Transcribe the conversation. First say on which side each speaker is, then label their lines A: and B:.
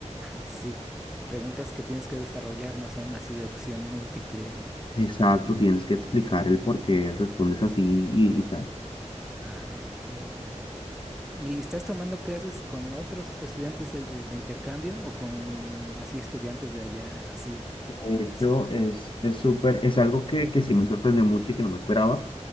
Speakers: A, in the centre; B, on the left.
A: Sí, preguntas que tienes que desarrollar no son así de opción múltiple. o-
B: Exacto, tienes que explicar el por qué respondes así y, y tal.
A: Ah, ok. ¿Y estás tomando clases con otros estudiantes eh, de, de intercambio o con así estudiantes de allá, así
B: De
A: los...
B: hecho, es, es súper, es algo que, que sí me sorprendió mucho y que no me esperaba.